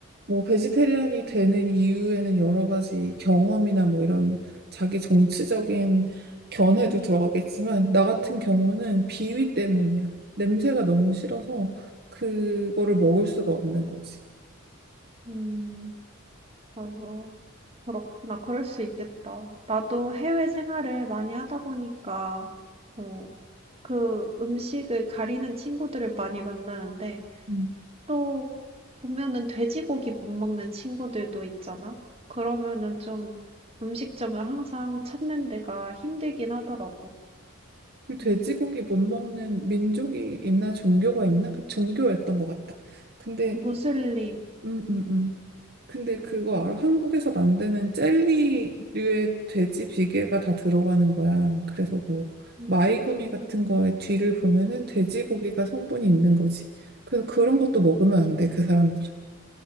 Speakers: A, on the right; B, on the right.
A: 뭐 베지테리안이 되는 이유에는 여러 가지 경험이나 뭐 이런 자기 정치적인 견해도 들어가겠지만 나 같은 경우는 비위 때문이야. 냄새가 너무 싫어서 그거를 먹을 수가 없는 거지.
B: 음, 맞아. 그렇구나. 그럴 수 있겠다. 나도 해외 생활을 많이 하다 보니까, 어, 그 음식을 가리는 친구들을 많이 만나는데,
A: 음.
B: 또 보면은 돼지고기 못 먹는 친구들도 있잖아? 그러면은 좀 음식점을 항상 찾는 데가 힘들긴 하더라고.
A: 이 돼지고기
B: 음.
A: 못 먹는 민족이 있나 종교가 있나? 그 종교였던 것 같다. 근데
B: 무슬림.
A: 음, 음, 음. 근데 그거 알아? 한국에서 만드는 젤리류의 돼지 비계가 다 들어가는 거야. 그래서 뭐
B: 음.
A: 마이구미 같은 거에 뒤를 보면은 돼지고기가 성분이 있는 거지. 그래서 그런 것도 먹으면 안 돼, 그 사람들은.